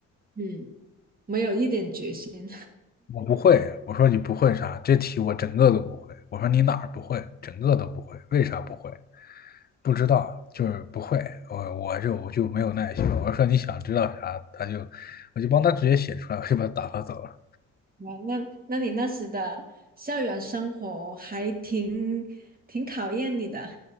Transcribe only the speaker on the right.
嗯，没有一点决心。
哇，那那你那时的校园生活还挺挺考验你的。